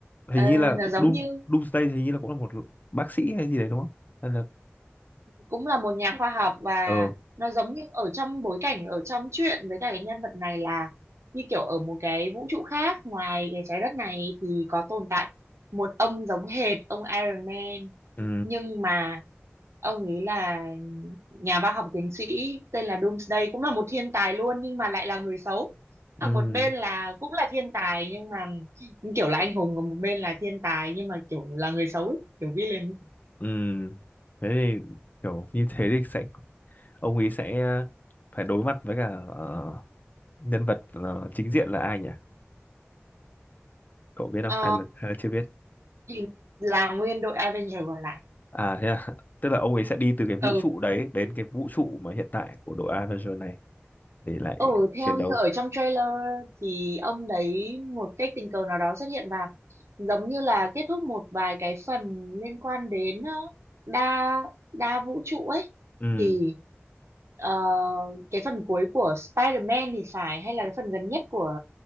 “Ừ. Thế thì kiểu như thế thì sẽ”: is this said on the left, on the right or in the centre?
Left